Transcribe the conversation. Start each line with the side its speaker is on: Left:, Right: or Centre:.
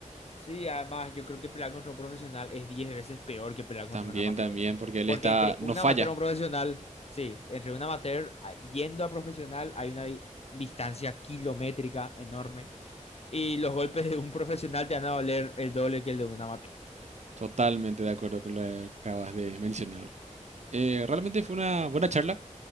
Left: Sí, además yo creo que pelear contra un profesional es 10 veces peor que pelear contra
Right: También,
Left: un amateur.
Right: también, porque él
Left: Porque
Right: está,
Left: entre
Right: no
Left: un
Right: falla,
Left: amateur y un profesional, sí, entre un amateur a- yendo a profesional hay una di- distancia kilométrica enorme. Y los golpes de un profesional te van a doler el doble que el de un amateur.
Right: totalmente de acuerdo con lo que acabas de mencionar. Eh, realmente fue una buena charla,